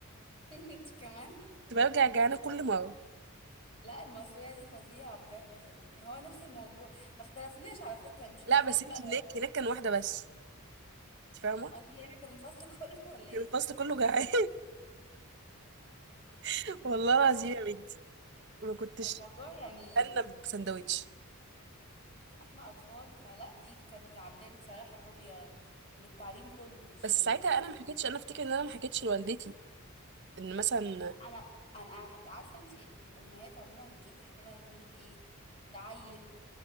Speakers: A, on the left; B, on the right.
A: <laughs> انت كمان
B: كنت برجع جعانة كل مرة
A: لا المصرية دي فظيعة بجد يعني هو نفس الموضوع ما اختلفناش على فكرة مش اختلاف
B: لا بس
A: بقى
B: انت هناك هناك كان واحدة بس انت فاهمة
A: <laughs> انت هنا كان الفصل <laughs> كله ولا
B: كان
A: ايه
B: الفصل كله جعان <laughs> والله العظيم
A: لا
B: يا بنتي ما كنتش
A: الموضوع يعني
B: انا بسندوتش
A: احنا اطفال فلا دي كانت بتعاملها لي بصراحة فوبيا من التعليم كله مش
B: بس
A: من
B: ساعتها
A: الحضانة
B: انا ما حكيتش انا افتكر ان انا ما حكيتش لوالدتي ان مثلا
A: انا انا عارفة انت الامهات عموما لما بتيجي تحكي لها يقول لك ايه ده عيل